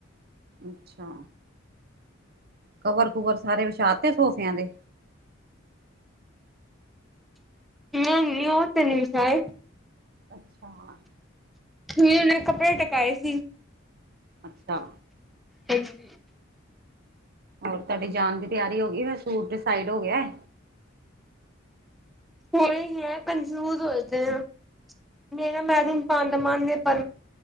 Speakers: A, on the right; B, in the centre.
A: ਅੱਛਾ, ਕਵਰ ਕੁਵਰ ਸਾਰੇ ਵਿਛਾਤੇ ਸੋਫਿਆਂ ਦੇ?
B: ਹਮਮ, ਨਿਊ ਤੇ ਨਹੀਂ ਵਿਛਾਐ।
A: ਅੱਛਾ
B: ਹੁਣੇ ਉਹਨਾਂ ਨੇ ਕੱਪੜੇ ਟਕਾਏ ਸੀ।
A: ਅੱਛਾ।
B: ਹਾਂਜੀ
A: ਹੋਰ ਤੁਹਾਂਡੇ ਜਾਣ ਦੀ ਤਿਆਰੀ ਹੋ ਗਈ ਫੇਰ ਸੂਟ ਡੀਸਾਈਡ ਹੋ ਗਿਆ ਐ।
B: ਹੋ ਈ ਗਿਆ ਕਨਫਿਊਜ਼ ਹੋਏ ਦੇ ਆਂ। ਮੇਰਾ ਮਹਿਰੂਨ ਪਾਣ ਦਾ ਮਨ ਏ ਪਰ।